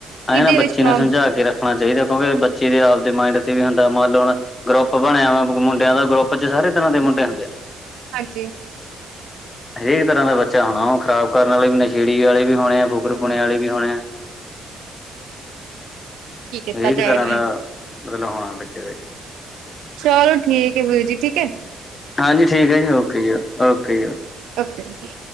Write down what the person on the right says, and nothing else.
ਇਹਦੇ
ਵਿੱਚ ਪ੍ਰੋਬ
ਹਾਂਜੀ
<inaudible> ਕੀ ਕੀਤਾ
ਜਾਏ
ਚਲੋ ਠੀਕ ਹੈ ਵੀਰ ਜੀ ਠੀਕ ਏ।
ਓਕੇ ਜੀ।